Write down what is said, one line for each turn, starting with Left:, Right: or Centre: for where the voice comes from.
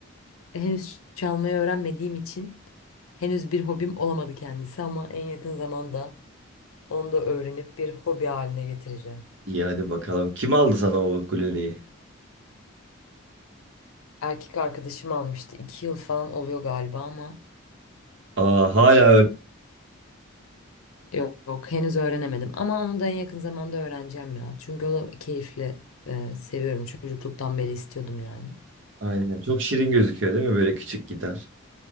Left: henüz çalmayı öğrenmediğim için henüz bir hobim olamadı kendisi ama en yakın zamanda onu da öğrenip bir hobi haline getireceğim.
Right: İyi hadi bakalım. Kim aldı sana o ukuleleyi?
Left: Erkek arkadaşım almıştı. iki yıl falan oluyor galiba ama
Right: Aa hala öyle.
Left: Yok, henüz öğrenemedim ama onu da en yakın zamanda öğreneceğim ya. Çünkü o da keyifli. Ee, seviyorum. Çocukluktan beri istiyordum yani.
Right: Aynen. Çok şirin gözüküyor değil mi böyle küçük gitar?